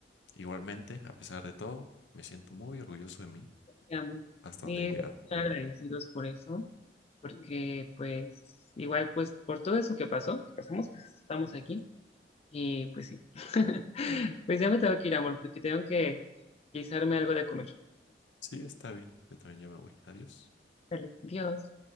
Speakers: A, on the left; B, on the left.
A: Igualmente, a pesar de todo, me siento muy orgulloso de mí
B: Ya,
A: hasta
B: sí,
A: donde he llegado.
B: están agradecidos por eso, porque pues igual, pues por todo eso que pasó, que pasamos, pues estamos aquí. Y pues sí, <laughs> pues ya me tengo que ir, amor, porque tengo que guisarme algo de comer.
A: Sí, está bien, yo también ya me voy. Adiós.
B: Dale, adiós.